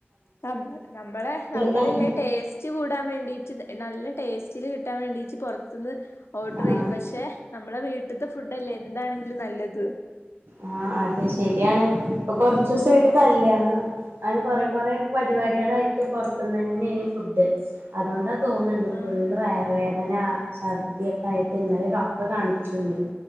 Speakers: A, on the left; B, on the right.
A: നമ് നമ്മളെ നമ്മളല്ല
B: കഞ്ഞി
A: ടേസ്റ്റ് കൂടാൻ വേണ്ടീട്ട് നല്ല ടേസ്റ്റില് കിട്ടാൻ വേണ്ടീ ഇച്ച് പോർ ത്ത്ന്ന് ഓട്ർ
B: ആഹ്
A: ചെയ്യും പക്ഷെ നമ്മളെ വീ വീട്ട് ത്തെ ഫുഡല്ലേ എന്താണെങ്കിലും നല്ലത്
B: ആഹ് അതെ ശരിയാണ് ഇപ്പൊ കൊർച്ചുസായിട്ട് കല്യാണോ അന് കൊറെ കൊറെ പരിപാടികളായിട്ട് പോർത്ത്ന്ന് ന്നെനി ഫുഡ് അതുകൊണ്ട് തോന്ന്ണ്ട്
A: ആഹ്
B: ഫുള്ള് വയറുവേ ദനാ ഛർദ്ദിയൊക്കായിട്ട് ഇന്നലെ ഡോക്ടെ കാണിച്ചു ഇന്ന്